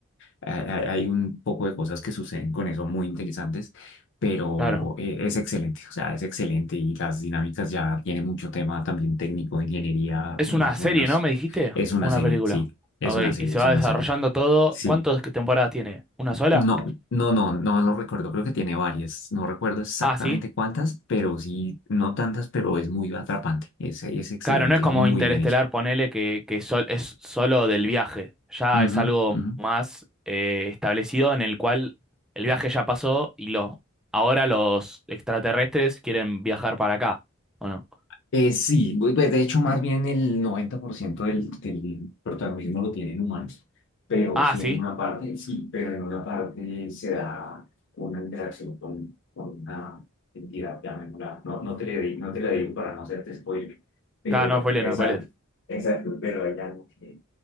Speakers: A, on the left; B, in the centre.
A: hay hay un poco de cosas que suceden con eso muy interesantes, pero
B: Claro.
A: eh, es excelente, o sea, es excelente y las dinámicas ya tiene mucho tema también técnico, ingeniería,
B: Es
A: más
B: una serie,
A: o menos.
B: ¿no? ¿Me dijiste?
A: Es una
B: ¿O una
A: serie,
B: película?
A: sí, es
B: Ok,
A: una serie,
B: y se
A: es
B: va
A: una
B: desarrollando
A: serie,
B: todo.
A: sí.
B: ¿Cuántas que- temporadas tiene? ¿Una sola?
A: No, no, no, no lo recuerdo, creo que tiene varias, no recuerdo exactamente
B: Ah, sí.
A: cuántas, pero sí, no tantas, pero es muy atrapante, es, es excelente,
B: Claro, no es como
A: muy
B: Interestelar,
A: bien hecho.
B: ponele que, que sol- es solo del viaje. Ya
A: Ujú,
B: es algo
A: ujú.
B: más eh, establecido en el cual el viaje ya pasó y lo, ahora los extraterrestres quieren viajar para acá, ¿o no?
A: Eh, sí, bu- pues de hecho más bien el 90% del, del protagonismo lo tienen humanos, pero
B: Ah,
A: sí
B: sí.
A: en una parte, sí, pero en una parte se da una interacción con, con una entidad, llamémosla, no, no te le di- no te la digo para no hacerte spoiler, pero
B: Claro, no spoilees,
A: es
B: no spoilees.
A: algo, es algo, pero hay algo que,